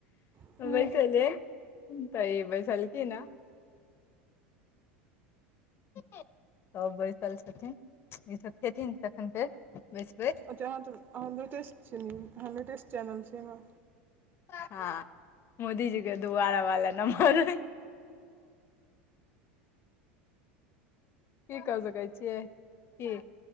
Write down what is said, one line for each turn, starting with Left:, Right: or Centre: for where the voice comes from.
Right: हमहूँ
Left: बैसल तऽ ई बैसल की ह। सब बैसल छथिन ई सभ खेथिन तखन फेर बैसबै।
Right: अच्छा अहाँ तऽहाँ लेटेस्ट छिय न्यूज अहाँ लेटेस्ट चैनल छैय ने।
Left: हँ मोदीजी के दोबारा वाला नम्बर। की क सकै छियै की?